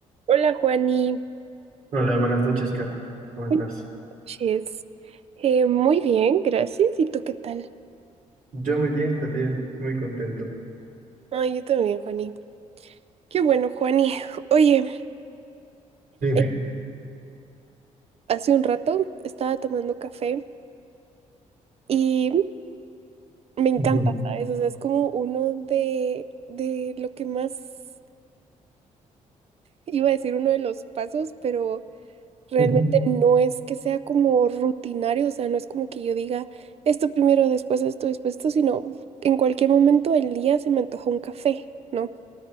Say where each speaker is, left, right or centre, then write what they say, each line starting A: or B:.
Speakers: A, on the right; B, on the right.
A: Hola, Juani.
B: Hola, buenas noches, Kat. ¿Cómo estás?
A: Buenas noches. Eh, muy bien, gracias. ¿Y tú qué tal?
B: Yo muy bien también, muy contento.
A: Ay, yo también, Juani. Qué bueno, Juani. <laughs> Oye,
B: Dime.
A: eh, hace un rato estaba tomando café y me encanta,
B: Ujú,
A: ¿sabes? O sea, es como uno de, de lo que más, iba a decir uno de los pasos, pero realmente
B: ujú.
A: no es que sea como rutinario, o sea, no es como que yo diga esto primero, después esto, después esto, sino en cualquier momento del día se me antoja un café, ¿no?